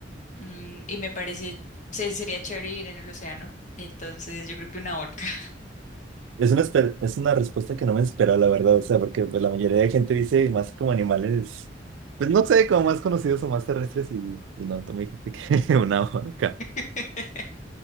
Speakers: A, on the left; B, on the right.
A: Mm, y me parece, se- sería chévere ir en el océano. Entonces, yo creo que una orca.
B: Es una, espe- es una respuesta que no me esperaba, la verdad, o sea, porque pues, la mayoría de gente dice más como animales, pues no sé, como más conocidos o más terrestres y, y no, tú me dijiste que <laughs> una vaca.
A: <laughs>